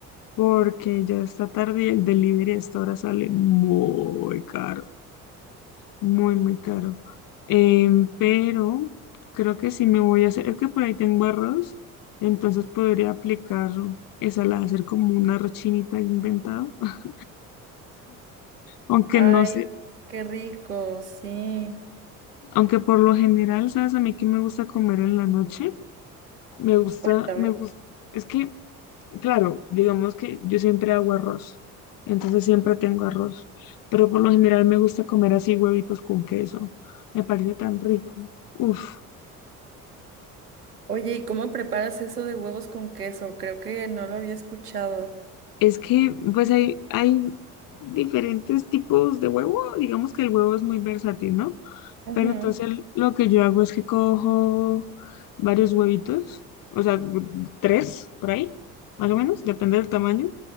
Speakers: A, on the left; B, on the right.
A: porque ya está tarde y el delivery a esta hora sale muy caro, muy, muy caro. Em, pero creo que sí me voy a hacer, es que por ahí tengo arroz, entonces podría aplicar esa, la hacer como una arroz chinita ahí inventado. <laughs> Aunque
B: Ay,
A: no sé,
B: qué rico, sí.
A: aunque por lo general, ¿sabes? A mí que me gusta comer en la noche, me gusta,
B: Cuéntame.
A: me gusta, es que... Claro, digamos que yo siempre hago arroz, entonces siempre tengo arroz, pero por lo general me gusta comer así huevitos con queso, me parece tan rico. Uf,
B: Oye, ¿y cómo preparas eso de huevos con queso? Creo que no lo había escuchado.
A: es que pues hay, hay diferentes tipos de huevo, digamos que el huevo es muy versátil, ¿no?
B: Ujú.
A: Pero entonces lo que yo hago es que cojo varios huevitos, o sea, tres por ahí, más o menos, depende del tamaño.